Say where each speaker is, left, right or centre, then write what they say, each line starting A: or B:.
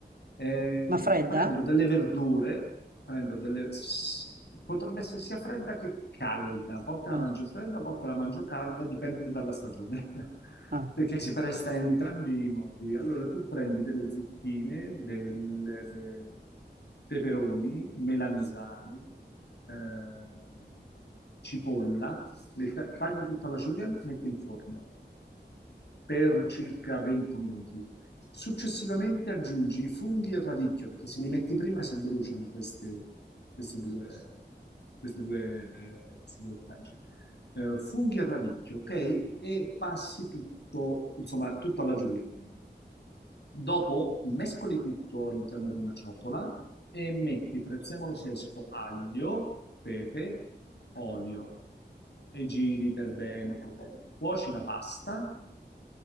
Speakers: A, on the left; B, on the right.
A: Eh,
B: Ma fredda?
A: prendo delle verdure, prendo delle... s- potrebbe essere sia fredda che calda. A volte
B: Ah,
A: la mangio fredda, a volte la mangio calda, dipende dalla stagione. <laughs>
B: ah.
A: Perché si presta in entrambi i modi. Allora, tu prendi delle zucchine, del- de- peperoni, melanzane, ehm, cipolla, le ta- tagli tutta la julienne, metti in forno per circa 20 minuti. Successivamente aggiungi i funghi e il radicchio, perché se li metti prima si bruciano queste, queste due, queste due, queste due ortaggi. Eh, funghi e radicchio, ok? E passi tutto, insomma, tutto alla julienne. Dopo mescoli tutto all'interno di una ciotola e metti prezzemolo fresco, aglio, pepe, olio e giri per bene, per bene. Cuoci la pasta